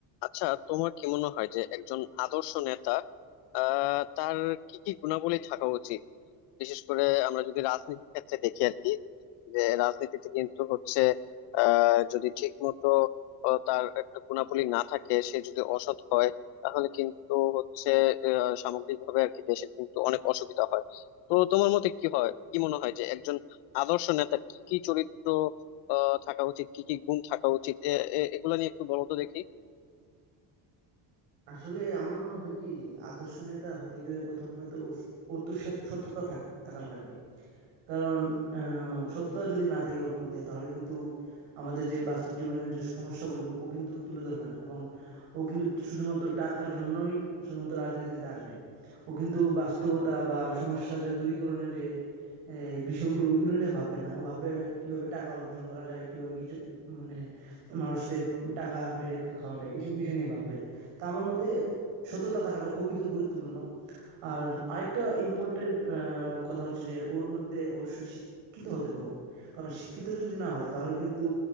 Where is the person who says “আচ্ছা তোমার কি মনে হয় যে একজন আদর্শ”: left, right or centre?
Left